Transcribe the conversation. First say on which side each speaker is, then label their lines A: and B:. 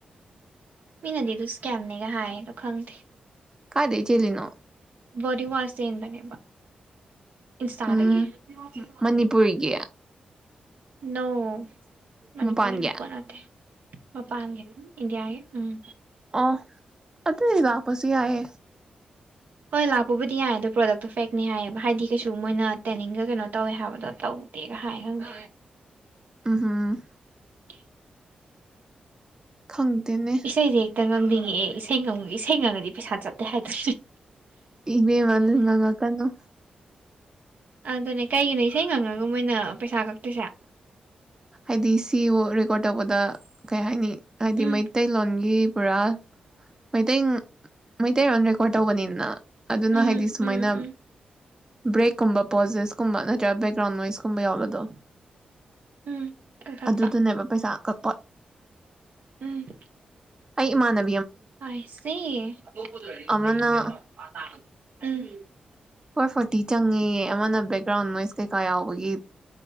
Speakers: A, on the right; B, on the right.
A: ꯃꯤꯅꯗꯤ ꯑꯗꯨꯁ ꯀꯌꯥꯝꯅꯦꯒ ꯍꯥꯏ ꯑꯗꯣ - ꯈꯪꯗꯦ
B: ꯀꯗꯩ ꯆꯦꯂꯤꯅꯥꯣ
A: ꯣꯗꯤ ꯋꯥꯁ ꯆꯟꯕꯅꯦꯕ ꯏꯟꯁꯇꯥꯥꯗꯒꯤꯗꯒꯤ
B: ꯎꯝ ꯃꯅꯤꯄꯨꯔꯒꯤ
A: ꯅ‌ꯣ ꯃꯅꯤꯄꯨꯔꯒꯤꯅ
B: ꯃꯄꯥꯟꯒꯤ
A: ꯄꯣꯠ ꯅꯠꯇꯦ ꯃꯄꯥꯟꯒꯤꯅꯤ ꯏꯟꯗꯤꯌꯥꯒꯤ ꯎꯝ
B: ꯑ ꯑꯗꯨꯗꯤ ꯋꯥꯄꯁꯤ ꯌꯥꯑꯦ
A: ꯍꯣꯏ ꯂꯥꯛꯄꯕꯨꯗꯤ ꯌꯥꯏ ꯑꯗꯣ ꯄ꯭ꯔꯣꯗꯛꯇꯣ ꯐꯦꯛꯅꯦ ꯍꯥꯏꯌꯦꯕ ꯍꯥꯏꯗꯤ ꯀꯩꯁꯨ ꯃꯣꯏꯅ ꯇꯦꯅꯤꯡꯒ ꯀꯩꯅꯣ ꯇꯧꯋꯦ ꯍꯥꯏꯕꯗꯣ ꯇꯧꯗꯦꯒ ꯍꯥꯏ ꯈꯪꯗꯦ
B: ꯍꯥꯥ
A: <inaudible>
B: ꯈꯪꯗꯅꯦ
A: ꯏꯁꯩꯁꯦ ꯍꯦꯛꯇ ꯉꯪꯅꯤꯡꯉꯛꯑꯦ ꯏꯁꯩ ꯏꯁꯩ ꯉꯪꯉꯗꯤ ꯄꯩꯁꯥ ꯆꯠꯇꯦ ꯍꯥꯏꯗ꯭ꯔꯦ
B: ꯏꯅꯦ ꯃꯥꯜ ꯅꯉ ꯀꯩꯅꯣ
A: ꯑꯗꯨꯅꯦ ꯀꯩꯒꯤꯅꯣ ꯏꯁꯩ ꯉꯪꯉꯒ ꯃꯣꯏꯅ ꯄꯩꯁꯥ ꯀꯛꯇꯣꯏꯁꯦ
B: ꯑꯗꯤ ꯁꯤ ꯔꯦꯀꯣꯔꯠ ꯇꯧꯕꯗ ꯀꯩ ꯍꯥꯏꯅꯤ ꯍꯥꯏꯗꯤ
A: ꯎꯝ
B: ꯃꯩꯇꯩꯂꯣꯟꯒꯤ ꯄꯨꯔꯥ ꯃꯩꯇꯩ ꯃꯩꯇꯩꯂꯣꯟ ꯔꯦꯀꯣꯔꯠ ꯇꯧꯕꯅꯤꯅ ꯑꯗꯨꯅ
A: ꯎꯝ
B: ꯍꯥꯏꯗꯤ ꯁꯨꯃꯥꯏꯅ
A: ꯎꯝ ꯎꯝ
B: ꯕ꯭ꯔꯦꯛꯀꯨꯝꯕ ꯄꯣꯖꯦꯁꯀꯨꯝꯕ ꯅꯠꯇ꯭ꯔꯒ ꯕꯦꯛꯒ꯭ꯔꯥꯎꯟ ꯅꯣꯏꯁꯀꯨꯝꯕ ꯌꯥꯎꯕꯗꯣ
A: ꯎꯝ ꯀꯛꯊꯠꯄ
B: ꯑꯗꯨꯗꯨꯅꯦꯕ ꯄꯩꯁꯥ ꯀꯛꯄ <inaudible>
A: ꯎꯝ
B: ꯑꯩ ꯏ ꯃꯥꯅ
A: ꯁ ꯎꯝꯝ
B: ꯑꯃꯅ ꯐꯣꯔ ꯐꯣꯔꯇꯤ ꯆꯪꯉꯦ ꯑꯃꯅ ꯕꯦꯛꯒ꯭ꯔꯥꯎꯟ ꯅꯣꯏꯁ ꯀꯩꯀꯥ ꯌꯥꯎꯕꯒꯤ